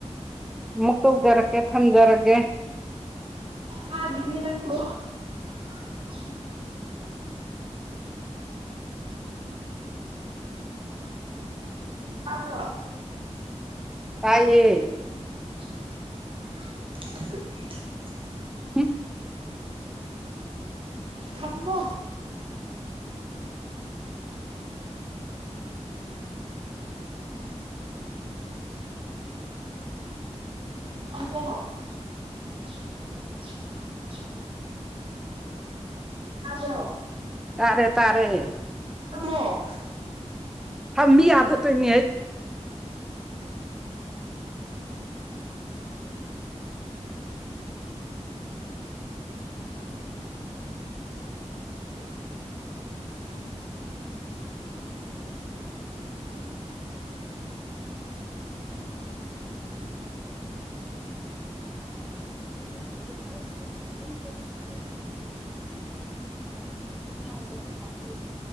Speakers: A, in the centre; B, on the right.
A: ꯑꯃꯨ ꯇꯧꯖꯔꯛꯀꯦ ꯊꯝꯖꯔꯒꯦ
B: ꯑꯅꯤ ꯅꯪ <unintelligible> ꯀꯥꯒꯔꯁ
A: ꯇꯌꯦ
B: <unintelligible>
A: ꯎꯝ
B: ꯊꯃꯣ ꯑꯣ ꯌꯥꯕꯣ
A: ꯇꯥꯔꯦ ꯇꯥꯔꯦ
B: ꯑꯃꯃꯣ
A: ꯍꯥ ꯃꯤ ꯑꯗ ꯇ ꯃꯤ ꯍꯥꯏ ꯑꯔꯕ ꯀꯔꯤ ꯑꯗꯤꯦ ꯄꯥꯦ ꯃ